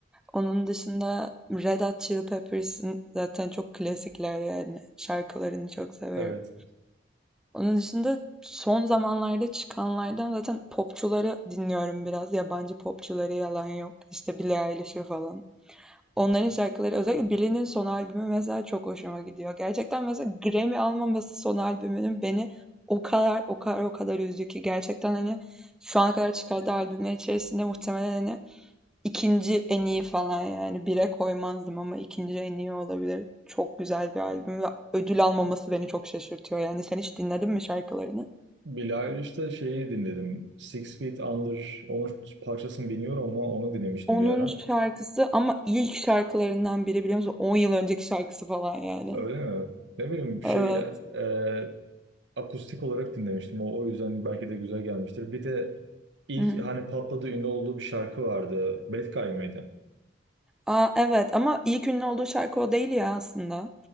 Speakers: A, in the centre; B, on the right.
A: Onun dışında Red Hot Chili Peppers'ın zaten çok klasikler yani. Şarkılarını çok severim.
B: Evet.
A: Onun dışında son zamanlarda çıkanlardan zaten popçuları dinliyorum biraz. Yabancı popçuları yalan yok. İşte Billie Eilish'i falan. Onların şarkıları özellikle Billie'nin son albümü mesela çok hoşuma gidiyor. Gerçekten mesela Grammy almaması son albümünün beni o kadar o kadar o kadar üzdü ki gerçekten hani şu ana kadar çıkardığı albümler içerisinde muhtemelen hani ikinci en iyi falan yani bire koymazdım ama ikinci en iyi olabilir. Çok güzel bir albüm ve ödül almaması beni çok şaşırtıyor. Yani sen hiç dinledin mi şarkılarını?
B: Billie Eilish'te şeyi dinledim. Six Feet Under. Onun parçasını bilmiyorum ama onu dinlemiştim
A: Onun
B: bir ara.
A: şarkısı ama ilk şarkılarından biri biliyor musun? on yıl önceki şarkısı falan yani.
B: Öyle mi? Ne bileyim şey
A: Evet.
B: e, e, akustik olarak dinlemiştim. O, o yüzden belki de güzel gelmiştir. Bir de ilk
A: Hı hı.
B: hani patladı ünlü olduğu bir şarkı vardı. Bad Guy mıydı?
A: Aa, evet ama ilk ünlü olduğu şarkı o değil ya aslında.